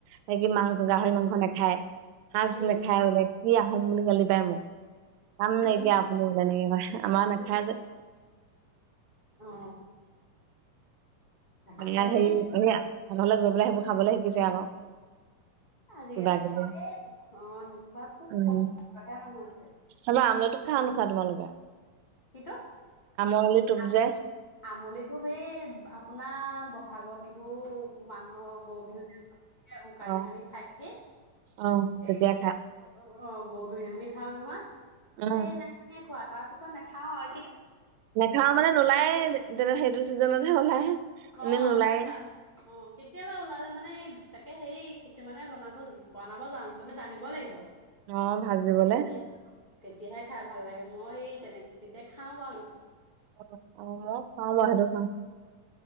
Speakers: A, on the right; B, on the left.
A: স কি মাংস গাহৰি মাংস নাখায় সাজ
B: উম
A: নাখায়। বোলে কি আহোম বুলি গালি পায় মোক। কাম
B: উম
A: নাই কিয়া নে আমাৰ নেখাই
B: উম
A: যে।
B: অ। তাকে
A: মানে ইয়াত
B: সেই
A: হেৰি এইয়া ধানলৈ গৈ পেলাই সেইবোৰ খাবলৈ শিকিছে আকৌ।
B: আজিকালি
A: কিবা কিবি
B: খাইয়ে নোখোৱা অ নোখোৱা খুব
A: উম
B: কমহে মানুহ আছে।
A: তাৰপা আমলৰি টোপ খোৱা নোখাৱা তোমালোকে?
B: কিটো
A: আমৰলি টোপ
B: আমল
A: যে
B: আমলিটো এই আপোনাৰ ব ভাগৰ বিহু মানহৰ গৰু বিহু এ উৰুকাদিনাখনি
A: অ
B: খাই নেকি
A: অ তেতিয়া
B: এ
A: খাই
B: অ গৰু বিহুনাখিনি খাও নহয়।
A: উম
B: সেইদিনাখনিয়ে খোৱা তাৰ পিছত নাখাও আউ।
A: নেখাও মানে নোলায়ে তেনে সেইটো ছিজনতহে ওলাই। এনে
B: অ
A: নোলায়ে
B: কিন্ত তা অ কেতিয়াবা ওলালে মানে তাকে সেই কিছুমানে বনাব বনাব জা মানে জানিব লাগিব
A: অ ভাজিবলে
B: তেতিয়াহে তেতিয়াহে খাই ভাল লাগে মই সেই তেনেকে তেতিয়া খাও বাও
A: অ অ মও খাওঁ মই সেটো খাওঁ।